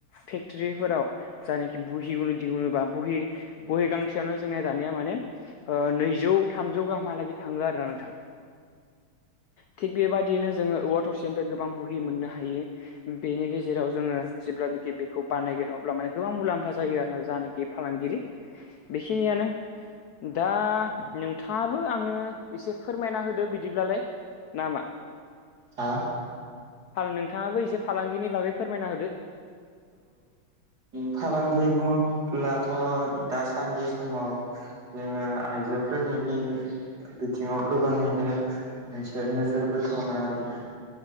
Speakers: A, on the left (about 75°); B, on the right (about 50°).
A: फेक्टरिफोराव जानिखि बहि दिहुनोबा बहि गांसेयावनो जोंनि दानिया माने ओ नैजौ थामजौ गाहामहालागै थांङो आरो ना नोंथां। थिग बेबायदिनो जोंङो औवा थसे निफ्राय गोबां बहि मोननो हायो। बेनि गेजेराव जोंङो जेब्लानि बेखौ बानायगोन अब्ला माने गोबां मुलाम्फा जायो आरो जानाखि फालांगिरि। बेखिनियानो दा नोंथाङाबो आंनो एसे फोरमायना होदो बिदिब्लालाय। ना मा?
B: हा?
A: नोंथाङाबो एसे फालांगिनि बागै फोरमायना होदो।
B: फालांगि बुङोब्लाथ' दासान्दि समाव ओ आइजो फोरनि बिथिङाव गोबाङैनो मोनसे नोजोर बोथावना आरोना।